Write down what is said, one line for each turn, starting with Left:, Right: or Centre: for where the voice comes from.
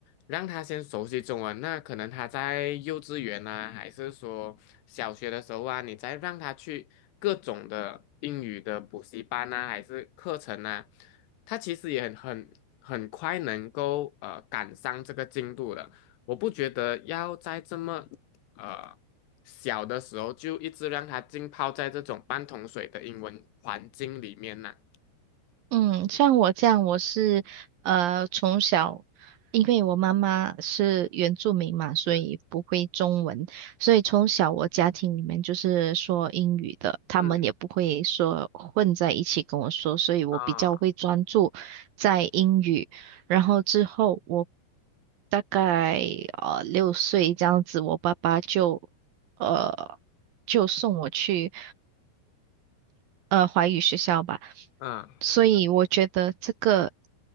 Left: 让他先熟悉中文。那可能他在幼稚园啊，还是说小学的时候啊，你再让他去各种的英语的补习班啊，还是课程啊，他其实也很很很快能够呃赶上这个进度的。我不觉得要在这么呃小的时候就一直让他浸泡在这种半桶水的英文环境里面呢。
Right: 嗯，像我这样，我是呃从小，因为我妈妈是原住民嘛，所以不会中文，
Left: 是，
Right: 所以从小我家庭里面就是说英语的，他们也不会说混在一起跟我说，
Left: 嗯
Right: 所以我比较会专注在英语。
Left: 啊
Right: 然后之后我大概呃六岁这样子，我爸爸就呃就送我去。呃华语学校吧，
Left: 嗯
Right: 所以我觉得这个